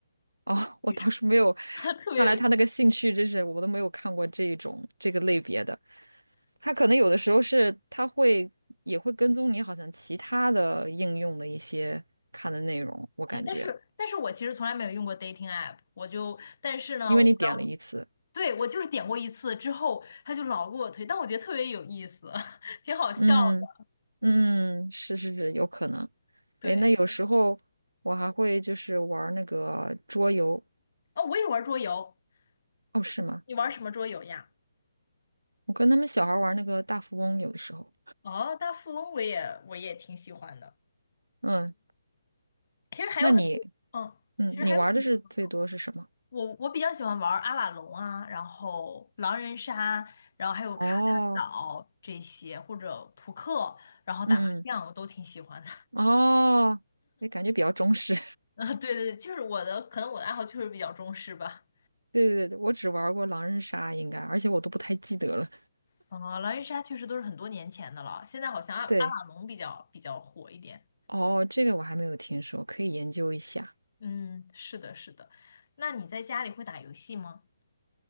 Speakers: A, on the right (about 80°); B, on the left (about 50°).
A: 哦，我倒是没有，
B: 女装，<laughs> 特别有意思。
A: 看来他那个兴趣真是我都没有看过这一种这个类别的。他可能有的时候是他会也会跟踪你，好像其他的应用的一些看的内容，我感觉，
B: 嗯，但是但是我其实从来没有用过 dating app，我就但是呢，
A: 因为你点了一次，
B: 我不知道，对，我就是点过一次之后，他就老给我推，但我觉得特别有意思，<laughs> 挺好笑的。
A: 嗯嗯，是是是，有可能。
B: 对，
A: 哎，那有时候我还会就是玩儿那个桌游，
B: 哦，我也玩桌游，
A: 哦，是吗？
B: 你你玩什么桌游呀？
A: 我跟他们小孩儿玩儿那个大富翁，有的时候，
B: 哦，大富翁我也我也挺喜欢的。
A: 嗯，
B: 其实还有很多，
A: 那你，
B: 嗯，
A: 嗯，
B: 其实还有挺多。
A: 你玩儿的是最多是什么？
B: 我我比较喜欢玩阿瓦隆啊，然后狼人杀，然后还有卡坦岛这些，
A: 哦，
B: 或者扑克，然后打麻将，
A: 嗯
B: 我都挺喜欢的。
A: 嗯，哦，哎，感觉比较中式。
B: <laughs> 啊，对对对，就是我的，可能我的爱好确实比较中式吧。
A: 对对对，我只玩过狼人杀，应该，而且我都不太记得了。
B: 啊，狼人杀确实都是很多年前的了，现在好像阿阿瓦隆比较比较火一点。
A: 对，哦，这个我还没有听说，可以研究一下。
B: 嗯，是的，是的。那你在家里会打游戏吗？